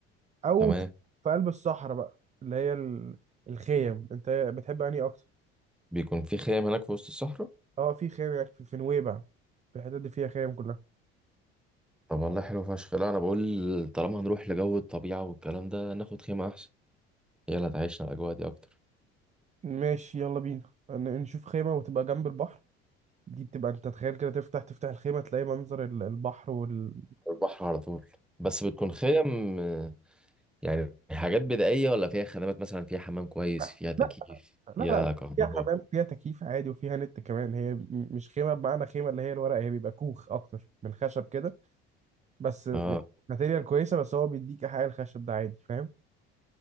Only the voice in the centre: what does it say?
تمام
بيكون في خيام هناك في وسط الصحراء
طب والله حلو فشخ لا أنا بقول طالما هنروح لجو الطبيعة والكلام ده ناخد خيمة أحسن هي اللي هتعيشنا الأجواء دي أكتر
البحر على طول بس بتكون خيم آه، يعني حاجات بدائية ولا فيها خدمات مثلا فيها حمام كويس
فيها تكييف
فيها
كهرباء
اه